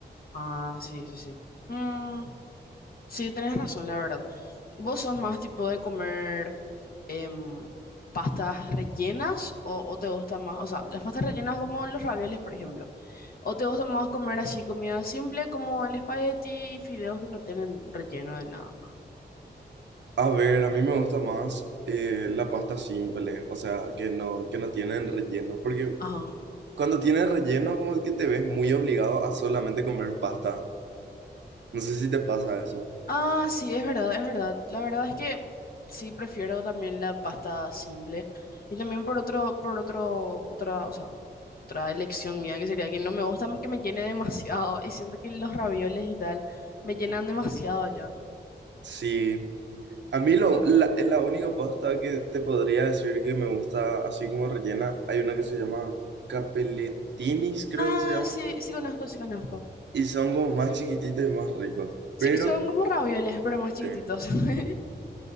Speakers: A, on the left (about 55°); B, on the right (about 80°).
A: Ah, sí, sí, sí. Mm, sí, tenés razón, la verdad. ¿Vos sos más tipo de comer em, pastas rellenas o, o te gusta más, o sea, las pastas rellenas como los ravioles, por ejemplo? ¿O te gusta más comer así comida simple como el espagueti y fideos que no tienen relleno de nada?
B: A ver, a mí me gusta más eh, la pasta simple, o sea, que no, que no tienen relleno, porque
A: Ajá.
B: cuando tienen relleno como que te ves muy obligado a solamente comer pasta. No sé si te pasa eso.
A: Ah, sí, es verdad, es verdad. La verdad es que sí prefiero también la pasta simple. Y también por otro, por otro, otra, o sea, otra elección mía que sería que no me gusta que me llene demasiado y siento que los ravioles y tal me llenan demasiado ya.
B: Sí, a mí lo, la, la única pasta que te podría decir que me gusta así como rellena, hay una que se llama capelletinis, creo
A: Ah,
B: que se llama,
A: sí, sí conozco, sí conozco.
B: y son como más chiquititos y más ricos,
A: Sí,
B: pero,
A: son como ravioles, pero más chiquititos.
B: sí,
A: <laughs>